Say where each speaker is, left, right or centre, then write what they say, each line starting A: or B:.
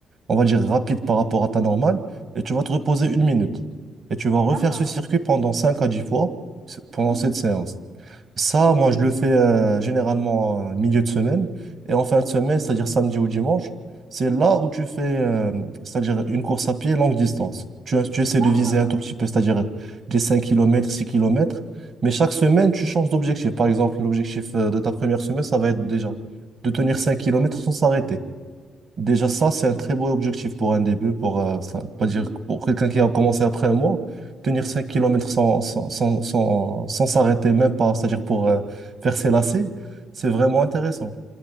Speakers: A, on the right; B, on the right.
A: on va dire, rapide par rapport à ta normale. Et tu vas te reposer une minute. Et tu vas refaire
B: D'accord.
A: ce circuit pendant 5 à 10 fois, c'est- pendant
B: Mhm.
A: cette séance. Ça, moi, je le fais euh, généralement euh, milieu de semaine. Et en fin de semaine, c'est-à-dire samedi ou dimanche, c'est
B: Mhm.
A: là où tu fais, euh, c'est-à-dire une course à pied longue distance. Tu, tu essaies
B: D'accord.
A: de viser un tout petit peu, c'est-à-dire des 5 kilomètres, 6 kilomètres. Mais chaque semaine, tu changes d'objectif. Par exemple, l'objectif euh, de ta première semaine, ça va être déjà de tenir 5 kilomètres sans s'arrêter. Déjà, ça, c'est un très beau objectif pour un début, pour, euh, ça veut pas dire
B: Mhm.
A: que pour quelqu'un qui a commencé après un mois, tenir 5 kilomètres sans, sans, sans, sans, sans s'arrêter même pas, c'est-à-dire pour euh, faire ses lacets, c'est vraiment intéressant.